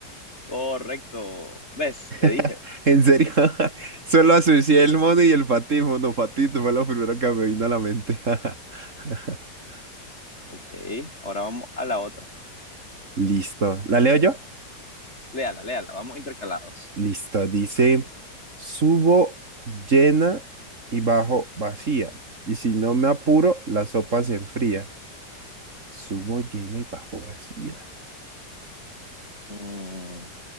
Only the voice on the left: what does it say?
Correcto. ¿Ves?
Te dije.
Ok, ahora vamos a la otra.
Léala, léala. Vamos intercalados.
Mm.